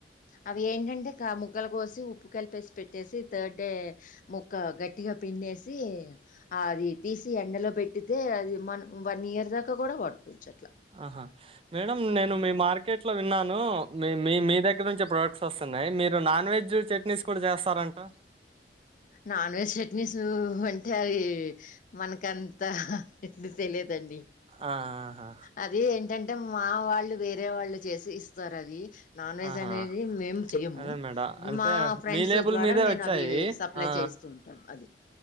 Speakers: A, on the left (about 45°); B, on the right (about 30°).
A: అవి ఏంటంటే కా ముక్కలు కోసి ఉప్పు కలిపేసి పెట్టేసి థర్డ్ డే ముక్క గట్టిగా పిండేసి అది తీ ఎండలో పెట్టితే అది మ వన్ ఇయర్ దాకా కూడా పడుకోవచ్చుట్
B: ఆహా మేడం నేను మీ మార్కెట్ లో విన్నాను మీ మీ మీ దగ్గర నుంచ ప్రోడక్ట్ వస్తున్నాయి మీరు నాన్ వెజ్ చట్నీస్ కూడా చేస్తారంట
A: నాన్ వెజ్ చట్నీస్ అంటే అది మనకంతా చట్నీ తెలియదండి
B: ఆ ఆహా
A: అది ఏంటంటే మా వాళ్ళు వేరే వాళ్ళు చేసి ఇస్తారు అది నాన్ వెజ్
B: ఆహా
A: అనేది మేము చెయము
B: అదే మేడం అంటే
A: మా ఫ్రెండ్స్
B: మీ లేబుల్
A: ద్వారా
B: మీదే
A: నేను
B: వచ్చాయి
A: అవి స అప్లై
B: ఆ ఆ
A: చేస్తూ ఉంటాను అది